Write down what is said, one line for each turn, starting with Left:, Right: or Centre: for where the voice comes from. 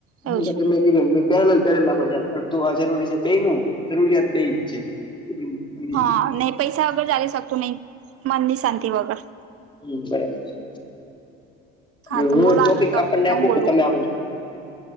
Left: હમ
Right: એવું છે
Left: એટલે મે પેરલ પેરેલ આપે ચાલે અડધું આ જરૂરી છે બે નું જરૂરિયાત બે છે. પ્રમાણે
Right: હા ન‌ઈ પૈસા વગર ચાલી શકતું ન‌ઈ, મનની શાંતિ વગર.
Left: હમ બરાબર છે.
Right: હા
Left: હવે
Right: તો
Left: હું
Right: બોલો
Left: એક ટોપિક
Right: આગળ
Left: આપણને
Right: તો
Left: આપું
Right: હું બોલું
Left: કે તમે આપું છો?